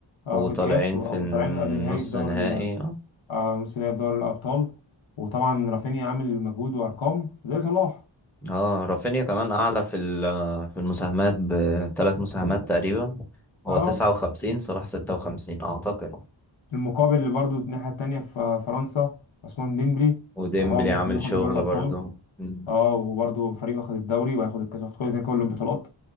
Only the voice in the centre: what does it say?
وطالعين
في
النص
نهائي
اه رافينيا كمان اعلى في ال- في المساهمات بثلاث مساهمات تقريبا هو
تسعة وخمسين صلاح ستة وخمسين اعتقد
وديمبلي
عامل
شغل
برضه مم.